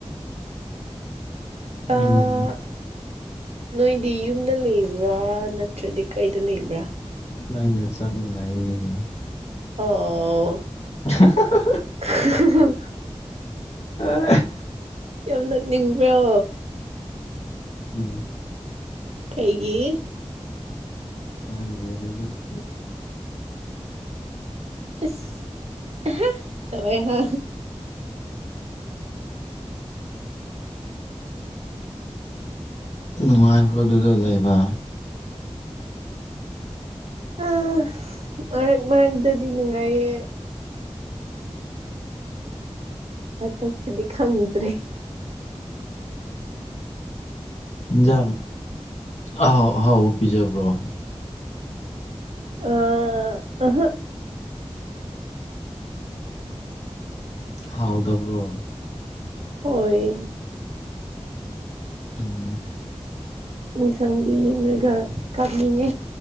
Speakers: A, on the right; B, on the left.
A: ꯑꯥ
B: ꯎꯝ
A: ꯅꯣꯏꯗꯤ ꯌꯨꯝꯗ ꯂꯩꯕ꯭ꯔꯥ ꯅꯠꯇ꯭ꯔꯗꯤ ꯀꯩꯗ ꯂꯩꯕ꯭ꯔꯥ
B: ꯅꯪꯒ ꯆꯥꯞ ꯃꯅꯥꯏꯌꯦ
A: ꯑꯣ
B: ꯎ <inaudible>
A: <inaudible>
B: ꯑ <inaudible>
A: ꯌꯥꯝ ꯅꫭꯛ ꯅꯤꯡꯕ꯭ꯔꯣ
B: ꯎꯝ
A: ꯀꯩꯒꯤ
B: ꯈꯪꯗꯦ ꯑꯗꯨꯗꯤ
A: ꯑꯁ ꯇꯋꯋꯤꯍ
B: ꯅꯨꯡꯉꯥꯏꯕ꯭ꯔꯣ ꯗꯨꯗ ꯂꯩꯕ
A: ꯑ ꯃꯔꯛ ꯃꯔꯠꯗꯗꯤ ꯅꯨꯡꯉꯥꯏꯌꯦ ꯑꯇꯣꯞꯄꯗꯤ ꯈꯪꯗ꯭ꯔꯦ
B: ꯏꯟꯖꯥꯡ ꯑꯍꯥꯎ ꯑꯍꯥꯎ ꯄꯤꯖꯕ꯭ꯔꯣ
A: ꯑ ꯑꯍ
B: ꯍꯥꯎꯗꯕ꯭ꯔꯣ
A: ꯍꯣꯏ
B: ꯑꯣ
A: ꯏꯟꯁꯥꯡꯗꯨ ꯌꯦꯡꯂꯒ ꯀꯞꯅꯤꯡꯉꯦ